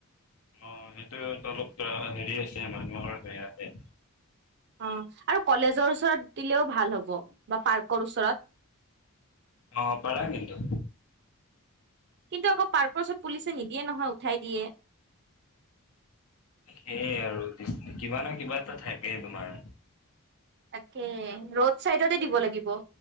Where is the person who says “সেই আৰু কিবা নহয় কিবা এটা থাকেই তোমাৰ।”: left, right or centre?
Left